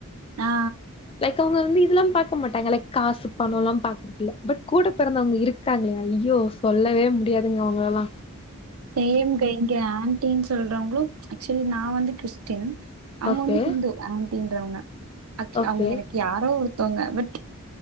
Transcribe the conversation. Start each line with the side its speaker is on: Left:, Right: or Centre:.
Right: ஆ.
Left: லைக் அவுங்க வந்து இதுல்லா பாக்க மாட்டாங்க லைக் காசு பணோல்லா பாக்குறதில்ல பட் கூட பெறந்தவங்க இருக்காங்களா ஐயோ சொல்லவே முடியாதுங்க அவுங்களெல்லா
Right: செம்ங்க இங்கே ஆன்டின்னு சொல்றவங்களோ ஆக்சுவலி நா வந்து கிறிஸ்டின் அவுங்க
Left: ஓகே
Right: வந்து ஹிந்து ஆன்ட்டின்றவங்க அக்கி
Left: ஓகே
Right: அவுங்க எனக்கு யாரோ ஒருத்தங்க பட்